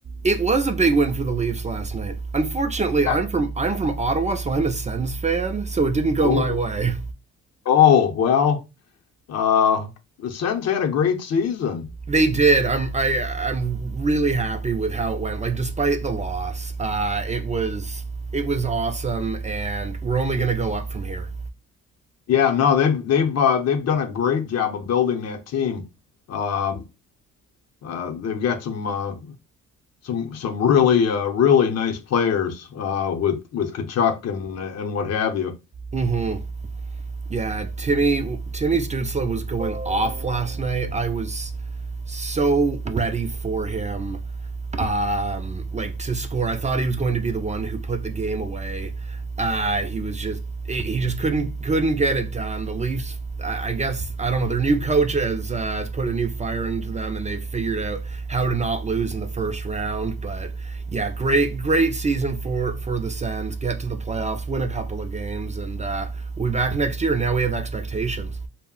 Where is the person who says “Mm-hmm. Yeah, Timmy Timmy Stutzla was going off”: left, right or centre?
Right